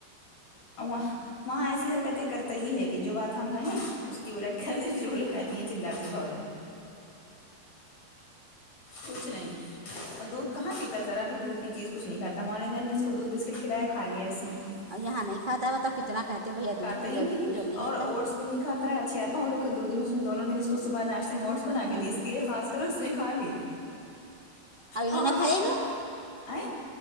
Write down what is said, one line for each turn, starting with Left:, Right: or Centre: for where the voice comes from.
Left: اور وہاں وہاں ایسی حرکتیں کرتے ہی ہے کہ جو بات ہم کہیں اس کی الٹ کر دی جو وہ لو کہتی ہیں چلاتی بہت ہے کچھ نہیں اور دودھ کہاں پیتا ذرا بھی دودھ کی چیز کچھ نہیں کھاتا مجن نے اس کو دودھ بسکٹ کھلایا کھا لیا اس نے
Right: اب یہاں نہیں کھاتا واتا کتنا کہتے ہیں بھیا
Left: کھاتا
Right: دودھ پی
Left: ہی
Right: لو دودھ
Left: ہے،
Right: پی لو نہیں
Left: اور
Right: لیتا
Left: اوٹس
Right: ہے
Left: نہیں کھاتا ہے اچھی اپا رو کے دو دن اس نے دونوں دن اس کو صبح ناشتے ہیں اووٹس بنا کے
Right: ہوں
Left: دیے اس کےلئے خاص کر کر اس نے کھا لی
Right: اب انہوں
Left: اور ہم
Right: کھایا
Left: نے
Right: ہی
Left: کہا
Right: نہیں
Left: آے